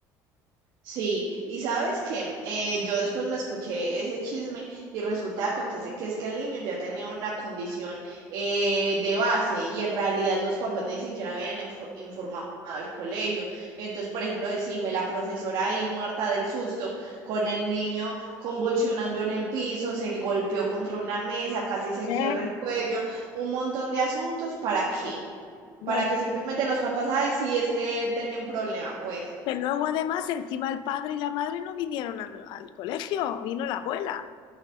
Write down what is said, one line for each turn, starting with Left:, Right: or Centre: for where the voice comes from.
Right: Sí, y sabes que eh, yo después me escuché ese chisme y resulta acontece que es que el niño ya tenía una condición eh, de base y en realidad los papás ni siquiera habían infor- informado al colegio. Entonces, por ejemplo, decime, la profesora ahí muerta del susto, con el niño convulsionando en el piso, se golpeó contra una mesa, casi se
Left: Eh,
Right: quiebra el cuello, un montón de asuntos, ¿para qué?
Left: No,
Right: para
Left: no.
Right: que simplemente los papás, ay, sí, es que él tenía un problema, pues.
Left: Que luego además encima el padre y la madre no vinieron al, al colegio, vino la abuela.